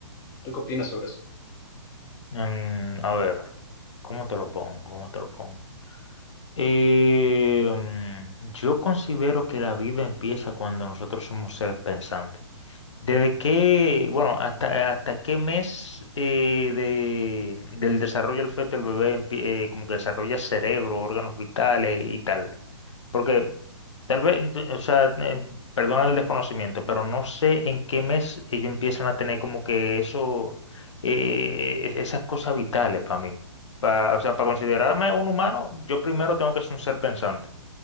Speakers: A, on the left; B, on the left.
A: ¿Tú qué opinas sobre eso?
B: Mm, a ver, ¿cómo te lo pongo? ¿Cómo te lo pongo? Eh, mm, yo considero que la vida empieza cuando nosotros somos seres pensantes. ¿Desde qué, bueno, hasta, hasta qué mes eh, de- del desarrollo del feto el bebé empie- eh, como que desarrolla cerebro, órganos vitales y tal? Porque tal vez, o sea, eh, perdona el desconocimiento, pero no sé en qué mes ellos empiezan a tener como que eso, eh, es- esas cosas vitales para mí. Pa- o sea, para considerarme un humano, yo primero tengo que ser un ser pensante.